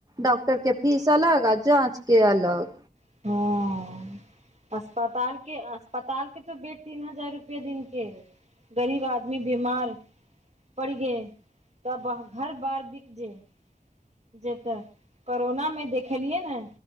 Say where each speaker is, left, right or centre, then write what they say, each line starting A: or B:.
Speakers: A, on the right; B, on the right.
A: डॉक्टर के फीस अलग आ जाँच के अलग।
B: हँ। अस्पताल के अस्पताल के तऽ बेड तीन हजार रुपया दिन के है। गरीब आदमी बीमार। पड़ि गे तब घर बार बिक जेए। जे तऽ कोरोनामे देखलियै ने।